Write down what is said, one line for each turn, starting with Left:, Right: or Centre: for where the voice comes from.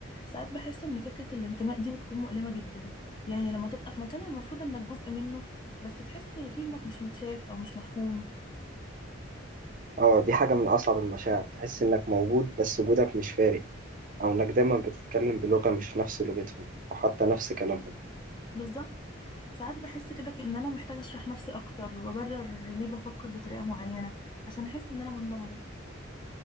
Left: ساعات بحس ان فكرة الانتماء دي بتكون مؤلمة جدا يعني لما تبقى في مكان المفروض انك جزء منه بس تحس فيه انك مش متشاف او مش مفهوم
Right: آه دي حاجة من أصعب المشاعر تحس إنك موجود بس وجودك مش فارق أو إنك دايما بتتكلم بلغة مش نفس لغتهم أو حتى نفس كلامهم
Left: بالظبط ساعات بحس كده كأن انا محتاجة اشرح نفسي اكتر وابرر ليه بفكر بطريقة معينة عشان احس ان انا مندمجة